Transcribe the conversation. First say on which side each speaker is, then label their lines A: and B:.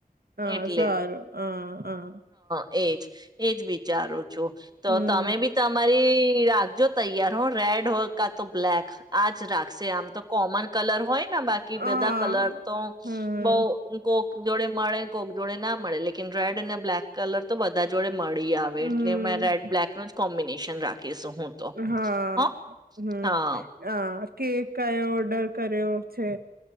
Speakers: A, on the right; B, on the right.
A: હા
B: એટલે
A: સારું હ. હા.
B: એજ. એજ વિચારું છું તો
A: હમ
B: તમે બી તમારી. રાખજો તૈયાર હો રેડ હો કા તો બ્લક આજ. રાખશે આમ તો કોમન કલર હોયને બાકી
A: હા
B: બધા કલર તો
A: હમ
B: બઉ. જોડે મળે કોક જોડે ના મળે લેકન રેડ. ને બ્લેક કલર તો બધા જોડે મળી આવે
A: હમ
B: એટલે મે રેડ બ્લેક કોમ્બિનેશન રાખીશું. હું તો
A: હા
B: હ
A: હમ
B: હા
A: હ. કે કયો ઓર્ડર કર્યો છે?